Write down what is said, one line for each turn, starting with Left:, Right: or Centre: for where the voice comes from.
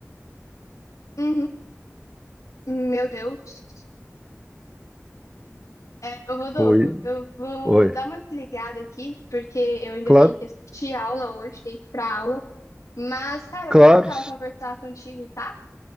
Left: uhum, meu Deus. É, ô, Rodolfo,
Right: Oi,
Left: eu vou
Right: oi.
Left: dar uma desligada aqui, porque eu ainda
Right: Claro,
Left: tenho que assistir aula hoje, tenho que ir pra aula. Mas, cara,
Right: claro,
Left: é muito legal conversar contigo, tá?